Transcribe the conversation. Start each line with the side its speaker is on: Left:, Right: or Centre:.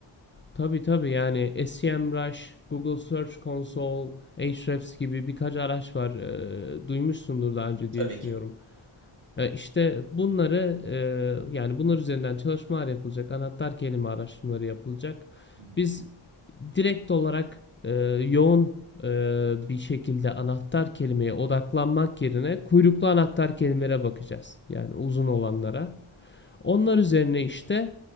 Left: Tabi tabi yani SEMrush, Google Search Console, Ahrefs gibi birkaç araç var. Ee, duymuşsundur daha önce
Right: Tabii
Left: diye düşünüyorum.
Right: ki.
Left: E, İşte bunları e, yani bunlar üzerinden çalışmalar yapılacak, anahtar kelime araştırmaları yapılacak.
Right: Hı hı.
Left: Biz direkt olarak e, yoğun e, bir şekilde anahtar kelimeye odaklanmak yerine kuyruklu anahtar kelimelere bakacağız. Yani uzun olanlara. Onlar üzerine işte